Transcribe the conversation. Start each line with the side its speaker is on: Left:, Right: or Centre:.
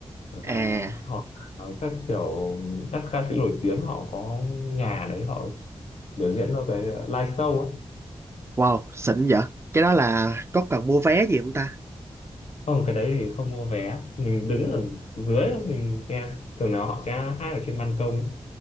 Left: ờ,
Right: À,
Left: hoặc là các kiểu các ca sĩ nổi tiếng họ có nhà đấy họ biểu diễn cho cái live show ấy
Right: wow, xịn vậy. Cái đó là có cần mua vé gì không ta?
Left: không cái đấy thì không mua vé mình đứng ở dưới mình xem thường nào họ sẽ hát ở trên ban công ấy.